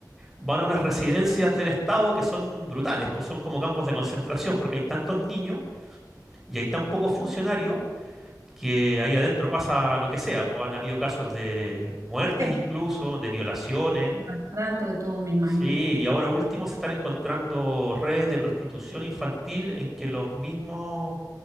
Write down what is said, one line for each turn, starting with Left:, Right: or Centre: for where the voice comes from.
Centre: van a unas residencias del Estado que son brutales, pues son como campos de concentración porque hay tantos niños y hay tan pocos funcionarios que ahí adentro pasa lo que sea, pues han habido casos de muertes
Right: Sí,
Centre: incluso, de violaciones.
Right: maltrato de todo, me imagino.
Centre: Sí, y ahora último se están encontrando redes de prostitución infantil en que los mismos